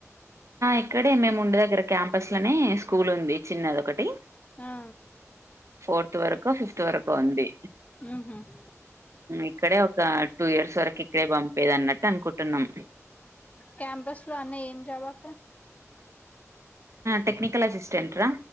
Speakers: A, on the right; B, on the left.
A: ఇక్కడే మేము ఉండ దగ్గర క్యాంపస్ లోనే స్కూల్ ఉంది చిన్నది ఒకటి
B: ఆ
A: ఫోర్త్ వరకు ఫిఫ్త్ వరకు ఉంది
B: ఉహు
A: ఇక్కడే ఒక టూ ఇయర్స్ వరకు ఇక్కడే పంపేది అన్నట్టు అనుకుంటున్నాం
B: క్యాంపస్ లో అన్న ఏం జాబ్ అక్క
A: టెక్నికల్ అసస్టెంట్ రా